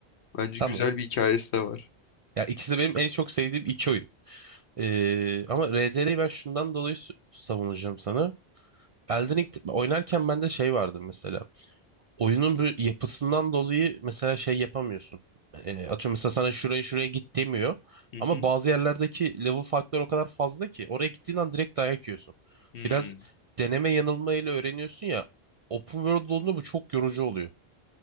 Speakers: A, on the left; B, on the right.
A: Bence
B: tamam.
A: güzel bir hikayesi de var.
B: Ya ikisi de benim en çok sevdiğim iki oyun. Ee, ama RDR'yi ben şundan dolayı s- savunacağım sana. Elden Ring oynarken bende şey vardı mesela. Oyunun bu yapısından dolayı mesela şey yapamıyorsun. Ee, atıyorum mesela sana şuraya şuraya git demiyor.
A: Hı
B: Ama
A: hı.
B: bazı yerlerdeki level farkları o kadar fazla ki oraya gittiğin an direkt dayak yiyorsun.
A: Hmm.
B: Biraz deneme yanılmayla öğreniyorsun ya. Open World olduğunda bu çok yorucu oluyor.